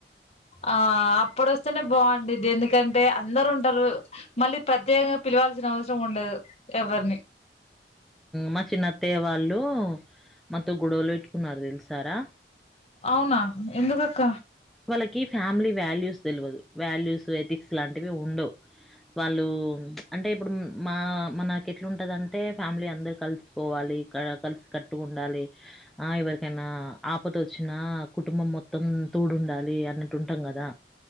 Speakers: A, on the left; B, in the centre.
A: ఆ అప్పుడువస్తేనే బాగుంది ఎందుకంటే అందరు ఉంటారు మళ్ళీ ప్రత్యేకంగా పిలవాల్సిన అవసరం ఉండదు ఎవరిని
B: మా చిన్నత్తయ్య వాళ్ళు మాతో గొడవలు పెట్టుకున్నారు తెలుసారా
A: అవునా ఎందుకక్క
B: వాళ్ళకి ఫ్యామిలీ వాల్యూస్ తెలియదు వాల్యూస్ ఎథిక్స్ లాంటివి ఉండవు వాళ్ళు అంటే ఇప్పుడు మా మనకు ఎట్లాంటదింటే ఫ్యామిలీ అందరు కలిసి పోవాలి కలిసి కట్టు ఉండాలి ఆ ఎవరికైనా ఆపదొచ్చినా కుటుంబం మొత్తం తోడుండాలి అన్నట్టు ఉంటాం కదా